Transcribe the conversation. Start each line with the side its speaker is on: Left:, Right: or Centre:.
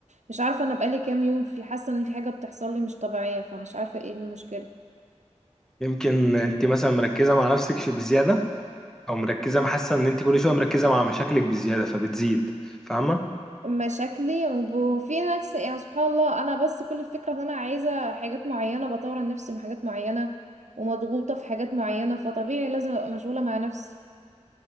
Right: مش عارفه انا بقالي كام يوم في حاسه ان في حاجه بتحصل لي مش طبيعيه فمش عارفه ايه المشكله
Centre: يمكن أنت مثلا مركزة مع نفسك ش- بزيادة أو مركزة حاسة إن أنت كل شوية مركزة مع مشاكلك بزيادة فبتزيد فاهمة
Right: مشاكلي وفي ناس يعني سبحان الله انا بس كل الفكره ان انا عايزه حاجات معينه بطور من نفسي في حاجات معينه ومضغوطه في حاجات معينه فطبيعي لازم ابقى مشغوله مع نفسي